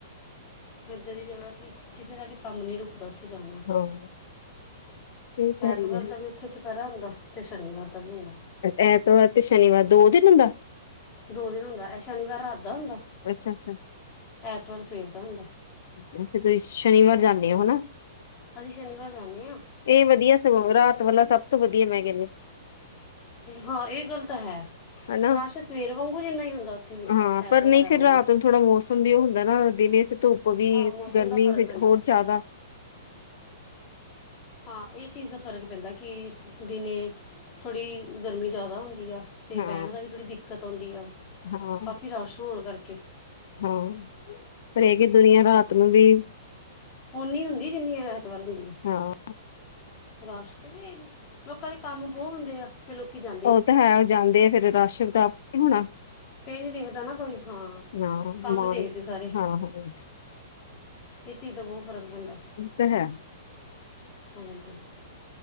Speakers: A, on the left; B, on the left.
A: ਇਹਦਾਂ ਦੀ ਜਗ੍ਹਾ ਕੀ, ਕਿਸੇ ਦਾ ਵੀ ਕੰਮ ਨੀ ਰੁਕ ਉੱਥੇ ਜਾਣ ਨਾਲ,
B: ਹਾਂ ਇਹ ਤਾਂ ਹੈ
A: ਐਤਵਾਰ
B: ਹੀ ਆ
A: ਦਾ ਵੀ ਉੱਥੇ ਦੁਪਿਹਰਾ ਹੁੰਦਾ, ਤੇ ਸ਼ਨੀਵਾਰ ਦਾ ਵੀ ਹੁੰਦਾ।
B: ਐਤਵਾਰ ਤੇ ਸ਼ਨੀਵਾਰ, ਦੋ ਦਿਨ ਹੁੰਦਾ?
A: ਦੋ ਦੇਨ ਹੁੰਦਾ ਸ਼ਨੀਵਾਰ ਰਾੱਤ ਦਾ ਹੁੰਦਾ।
B: ਅੱਛਾ, ਅੱਛਾ।
A: ਐਤਵਾਰ ਸਵੇਰ ਦਾ ਹੁੰਦਾ।
B: ਤੁਸੀ ਸ਼ਨੀਵਾਰ ਜਾਂਦੇ ਹੋ ਹਨਾ
A: ਅਸੀ ਸ਼ਨੀਵਾਰ ਜਾਂਨੇ ਆਂ।
B: ਏ ਵਦੀਆ ਸਗੋਂ ਰਾਤ ਵਾਲਾ ਸਭ ਤੋ ਵਦੀਆ ਮੈਂ ਕੈਨੀ।
A: ਹਾਂ ਏ ਗੱਲ ਤਾ ਹੈ।
B: ਹਨਾ
A: ਰਾਸ਼ ਸਵੇਰ ਵਾਂਗੂ ਜਿੰਨਾ ਈ ਹੁੰਦਾ ਉੱਥੇ ਵੀ
B: ਹਾਂ
A: ਐਤਵਾਰ
B: ਪਰ ਨਹੀਂ
A: ਵਾਲਾ
B: ਫਿਰ
A: ਵਾਂਗੂ
B: ਰਾਤ ਨੂੰ ਥੋੜਾ ਮੋਸਮ ਵੀ ਓ ਹੁੰਦਾ ਨਾ ਦਿਨੇ ਤੇ ਧੁੱਪ ਵੀ
A: ਹਾਂ ਮੌਸਮ
B: ਗਰਮੀ
A: ਦਾ ਫ਼ਰਕ
B: ਫੇਰ
A: ਪੈਂਦਾ
B: ਹੋਰ ਜੈਦਾ।
A: ਹਾਂ ਏ ਚੀਜ਼ ਦਾ ਫਰਕ ਪੈਂਦਾ ਕਿ ਦਿਨੇ ਥੋੜੀ ਗਰਮੀ ਜਾਦਾ ਹੁੰਦੀ ਆ। ਤੇ
B: ਹਾਂ
A: ਬੈਣ ਦਾ ਵੀ ਥੋੜੀ ਦਿੱਕਤ ਓਂਦੀ ਆ,
B: ਹਾਂ
A: ਕਾਫੀ ਰਾਸ਼ ਹੋਣ ਕਾਰਕੇ
B: ਹਾਂ, ਪਰ ਏ ਕੀ ਦੁਨੀਆਂ ਰਾਤ ਨੂੰ ਵੀ
A: ਓਨੀ ਹੁੰਦੀ ਜਿਨੀ ਐਤਵਾਰ ਹੁੰਦੀ ਆ
B: ਹਾਂ
A: ਰਾਸ਼ ਕੈਂਦੇ ਲੋਕਾਂ ਦੇ ਕਾੰਮ ਬੋ ਹੁੰਦੇ ਆ। ਫੇ ਲੋਕੀ ਜਾਂ
B: ਓ ਤਾ ਹੈ। ਓ ਜਾਂਦੇ ਐ ਫੇਰ ਰਾਸ਼ <unintelligible> ਹੋਣਾ
A: ਫੇਰ ਏ ਨੀ ਦੇਖਦਾ ਨਾ ਕੋਈ ਹਾਂ,
B: ਹਾਂ
A: ਕਾੰਮ
B: ਮਾਨ
A: ਦੇਖਦੇ ਸਾਰੇ
B: ਹਾਂ ਹਾਂ
A: ਏ ਚੀਜ਼ ਦਾ ਬੋ ਫ਼ਰਕ ਪੈਂਦਾ
B: ਤਾ ਹੈ।
A: <unintelligible>